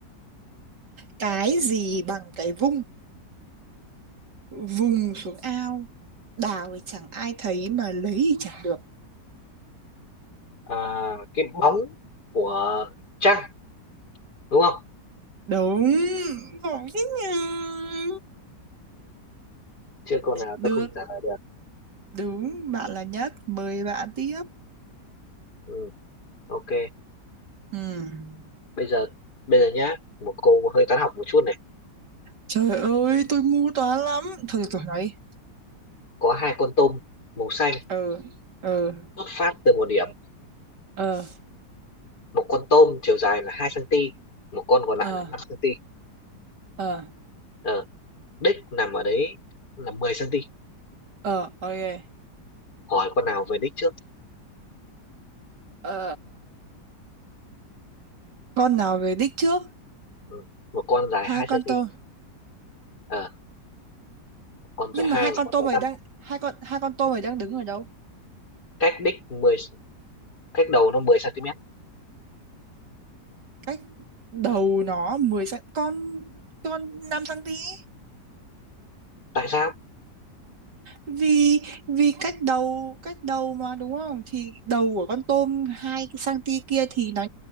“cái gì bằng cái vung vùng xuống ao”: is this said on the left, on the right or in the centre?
Right